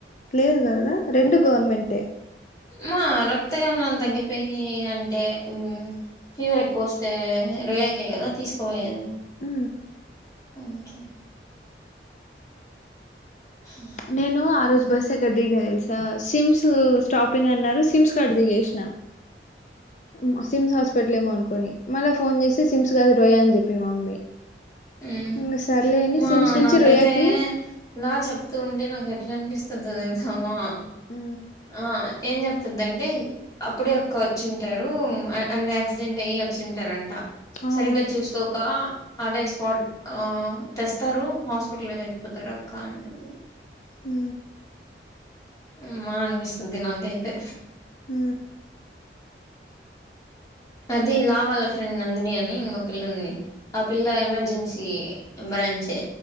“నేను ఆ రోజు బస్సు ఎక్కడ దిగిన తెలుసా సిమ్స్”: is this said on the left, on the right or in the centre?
Left